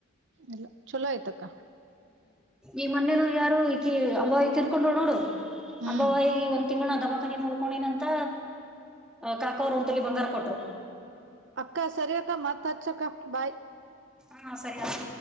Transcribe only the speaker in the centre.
ಈ ಮೊನ್ನೇನು ಯಾರು ಈ ಅಂಬಾವಾಯಿ ತಿರ್ಕೊಂಡೋ ನೋಡು
ಅಂಬಾವಾಯಿ ಈ ಒಂತ ತಿಂಗಣ ದವಾಖಾನಿ ನೋಡ್ಕೊೊಂಡೇನ ಅಂತ ಕಾಕಾ ಅವರು ಒಂತಲಿ ಬಂಗಾರ ಕೊಟ್ರು
ಹಾ ಸರಿ ಆತ